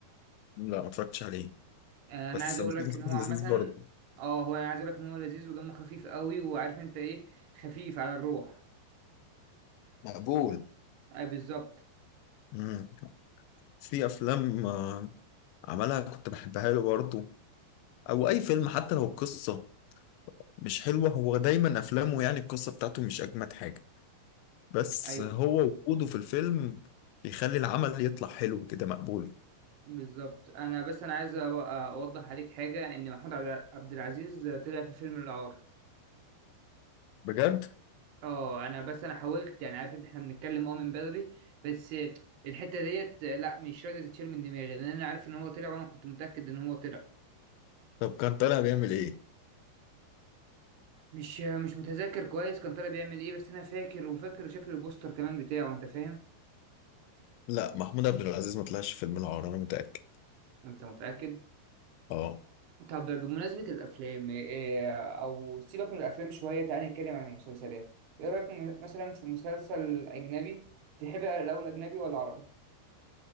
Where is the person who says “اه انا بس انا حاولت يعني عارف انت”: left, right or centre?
Right